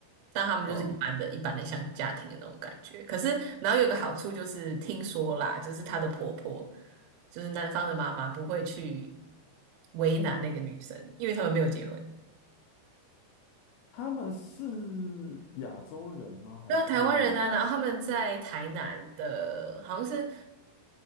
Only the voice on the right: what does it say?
但他们就是一般的、
一般的像家庭的那种感觉。可是，然后有个好处就是，听说啦，就是她的婆婆，就是男方的妈妈不会去为难那个女生，因为他们没有结婚。
对啊，台湾人啊，然后他们在台南的，好像是。